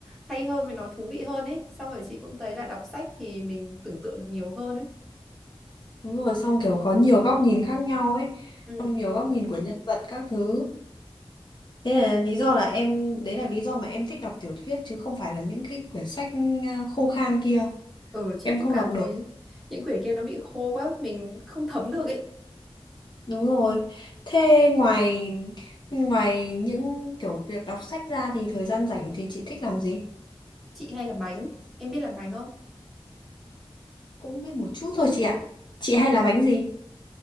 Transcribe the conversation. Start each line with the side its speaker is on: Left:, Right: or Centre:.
Centre: hay hơn và nó thú vị hơn ấy xong rồi chị cũng thấy là đọc sách thì mình tưởng tượng được nhiều hơn ấy
Left: đúng rồi xong kiểu có nhiều góc nhìn khác nhau ấy
Centre: ừ.
Left: xong nhiều góc nhìn của nhân vật các thứ Thế là lý do là em, đấy là lý do mà em thích đọc tiểu thuyết chứ không phải là những cái quyển sách à, khô khan kia.
Centre: ừ chị
Left: Em
Centre: cũng
Left: không
Centre: cảm
Left: đọc được.
Centre: thấy những quyển kia nó bị khô quá mình không thấm được ấy
Left: Đúng rồi. Thế ngoài ngoài những kiểu việc đọc sách ra thì thời gian rảnh thì chị thích làm gì?
Centre: chị hay làm bánh em biết làm bánh không
Left: Cũng biết một chút thôi chị ạ. Chị hay làm bánh gì?